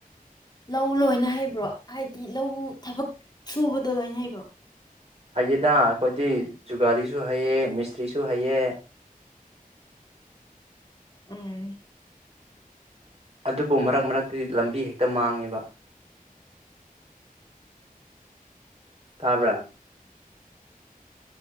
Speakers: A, on the left; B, on the right.
A: ꯂꯧ ꯂꯣꯏꯅ ꯍꯩꯕ꯭ꯔꯣ ꯍꯥꯏꯗꯤ ꯂꯧ ꯊꯕꯛ ꯁꯨꯕꯗꯣ ꯂꯣꯏꯅ ꯍꯩꯕ꯭ꯔꯣ
B: ꯍꯩꯌꯦꯗ ꯑꯩꯈꯣꯏꯗꯤ ꯖꯨꯒꯥꯂꯤꯁꯨ ꯍꯩꯑꯦ ꯃꯤꯁꯇ꯭ꯔꯤꯁꯨ ꯍꯩꯑꯦ
A: ꯎꯝ
B: ꯑꯗꯨꯕꯨ ꯃꯔꯛ ꯃꯔꯛꯇꯗꯤ ꯂꯝꯕꯤ ꯍꯦꯛꯇ ꯃꯥꯡꯉꯦꯕ ꯇꯥꯕꯔ